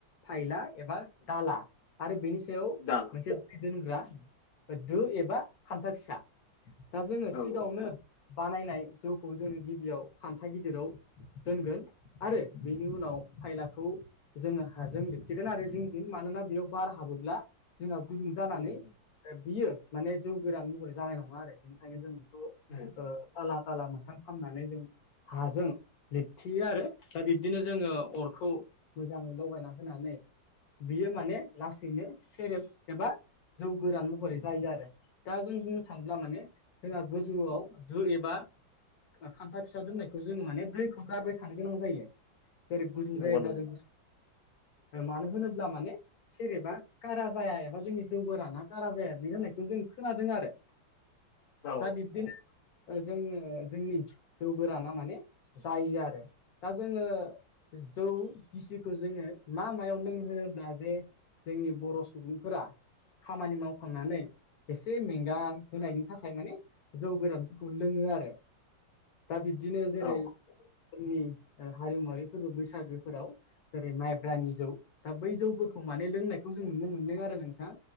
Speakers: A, on the left; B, on the left.
A: फायला एबा दाला आरो बेनि सायाव
B: दा
A: मोनसे दोनग्रा दो एबा खान्था फिसा दा जोंङो
B: औ
A: सिगांङावनो
B: औ
A: बानायनाय जौखौबो जोंङो गिबियाव खान्था गिदिराव दोनगोन आरो बेनि उनाव फायलाखौ जोंङो हाजों लिरथेगोन आरो जिं जिं मानोना बेयाव बार हाबोब्ला जोंहा गुदुं जानानै
B: उम,
A: बियो माने जौ गोरान महरै जानाय नंङा आरो बेनिखायनो जों बेखौ ओ
B: उम,
A: थाला ताला मोनथाम खालामामनानै जों हाजों लिरथियो आरो दा बिब्दिनो जोंङो अरखौ मोजांङै लगायना होनानै बियो माने लासैनो सेरेब एबा जौव गोरान महरै जायो। आरो दा जों बुंनो थांङोब्ला माने जोंहा गोजौआव दो एबा खान्था फिसा दोननायखौ जोंङो माने दैखौ गारबाय थानो गोनां जायो जेरै गुदुं
B: नंगौ
A: जायोब्ला जों
B: <unintelligible>
A: ओ मानो होनोब्ला माने सेरेबा कारा जाया एबा जोंनि जौव गोराना कारा जाया। बि होननायखौ जों खोनादों आरो।
B: औ
A: दा बिब्दिनो ओ जोंङो जोंनि जौ गोराना माने जायो आरो। दा जोंङो जौ गिसिखौ जोंङो मा मायाव लोंहोब्ला जे जोंनि बर' सुबुंफोरा खामानि मावखांनानै एसे मेंगा होनायनि थाखाय माने जौ गोरानफोरखौ लोंङो आरो दा बिब्दिनो जेरै
B: औ
A: उम ओ हारिमुवारि फोरबो बैसागोफोराव जेरै माइब्रानि जौव दा बै जौवफोरखौ माने लोंनायखौ जों नुनो मोन्दों आरो नोंथां।